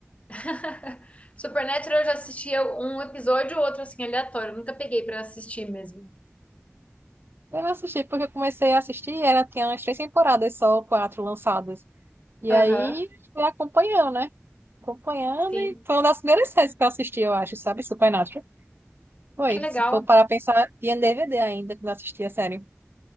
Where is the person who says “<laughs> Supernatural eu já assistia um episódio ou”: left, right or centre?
Left